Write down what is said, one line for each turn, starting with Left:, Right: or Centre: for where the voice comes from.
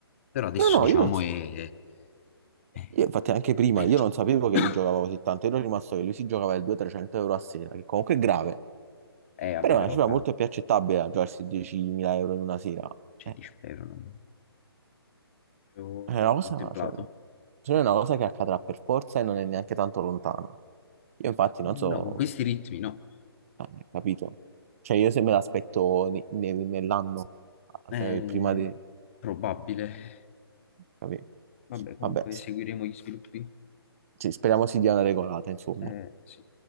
Left: però adesso
Right: no,
Left: diciamo
Right: io lo so.
Left: è, è è
Right: Io, infatti anche prima,
Left: peggio.
Right: io non sapevo che
Left: <coughs>
Right: lui giocava così tanto, ero rimasto che lui si giocava il 200-300 euro a sera, che comunque è grave,
Left: Eh, vabbè,
Right: però è
Left: però,
Right: una cifra
Left: Cani,
Right: molto più accettabile a giocarsi 10.000 euro in una sera.
Left: cioè,
Right: Eh,
Left: ti spero, non proprio
Right: è una cosa,
Left: contemplato.
Right: cioè, secondo me è una cosa che accadrà per forza e non è neanche tanto lontana. Io infatti non
Left: Eh,
Right: so
Left: no, con questi ritmi, no.
Right: anni, capito? Cioè io se me l'aspetto ne- ne- nell'anno,
Left: Eh,
Right: cioè prima di...
Left: probabile.
Right: capi-
Left: Vabbè, comunque
Right: Vabbè, s-
Left: seguiremo gli sviluppi.
Right: sì, speriamo si dia una regolata, insomma.
Left: Eh, sì.